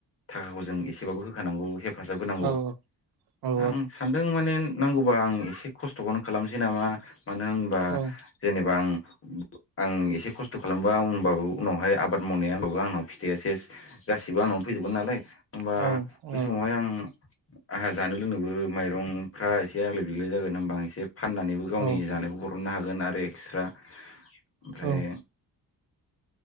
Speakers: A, on the left; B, on the right.
A: थाखाखौ जों एसेबाबो होखानांगौ हेब फाजाब होनांगौ
B: औ औ
A: आं सानदों माने नांगौबा आं एसे खस्थखौनो खालामसै नामा मानो होनबा
B: औ
A: जेनेबा आं आं एसे खस्थ खालामबा होनबाबो उनावहाय आबाद मावनाया होनबाबो आंनाव फिथाइया सेस गासिबो आंनावनो फैजोबगोन नालाय। होमबा
B: औ औ
A: बे समावहाय आं आंहा जानो लोंनोबो माइरंफ्रा एसे आग्लाय बिग्लाय जागोन होमबा आं एसे फाननानैबो गावनि
B: औ
A: जानायखौ बरननो हागोन आरो एकस्रा ओमफ्राय
B: औ